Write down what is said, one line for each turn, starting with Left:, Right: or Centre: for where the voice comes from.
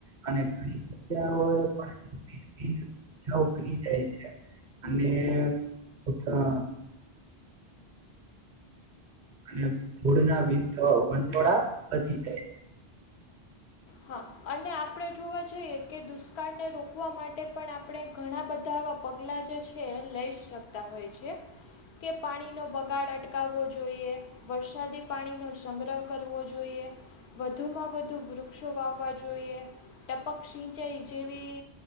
Right: અને ઘણી જગ્યાઓ એ <unintelligible> <unintelligible> બજાઓ કરી જાય છે અને અચ્છા અને ધૂળના વિટ વંટોળા વધી જાય છે.
Left: હા અને આપડે જોવા જઈએ કે દુષ્કાળને રોકવા માટે પણ આપડે ઘણા બધા પગલાં જે છે એ લઈ જ શકતા હોય છે. કે પાણીનો બગાડ અટકાવો જોઈએ. વરસાદી પાણી નો સંગ્રહ કરવો જોઈએ વધુમાં વધુ વૃ ક્ષો વાવવા જોઈએ ટપક સિંચાઈ જેવી